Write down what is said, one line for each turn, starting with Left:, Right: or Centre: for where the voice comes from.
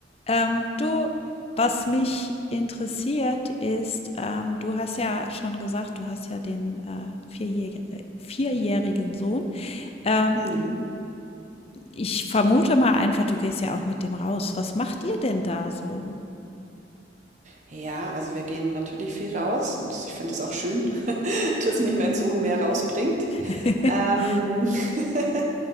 Left: Ähm, du, was mich interessiert ist, ähm, du hast ja schon gesagt, du hast ja den äh, vierjährig, äh, vierjährigen Sohn. Ähm,
Right: Mhm.
Left: ich vermute mal einfach, du gehst ja auch mit dem raus. Was macht ihr denn da so?
Right: Ja, also wir gehen natürlich viel raus und ich finde es auch schön, <laughs> dass mich mein Sohn mehr rausbringt.
Left: <laughs>
Right: Ähm, <laughs>